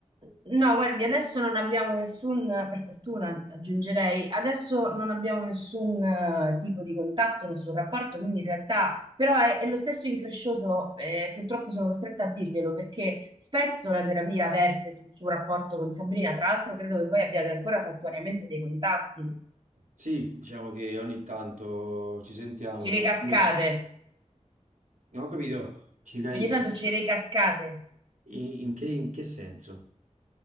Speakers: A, on the right; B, on the right.
A: No, guardi, adesso non abbiamo nessun, per fortuna aggiungerei, adesso non abbiamo nessun eh, tipo di contatto, nessun rapporto, quindi in realtà però è, è lo stesso increscioso, eh, purtroppo sono costretta a dirglielo perché spesso la terapia verte sul suo rapporto con Sabrina, tra l'altro credo che voi abbiate ancora saltuariamente dei contatti,
B: Sì, diciamo che ogni tanto ci sentiamo,
A: ci
B: sono
A: ricascate,
B: più- Non ho capito, ci dai-
A: ogni tanto
B: in,
A: ci ricascate.
B: in che, in che senso?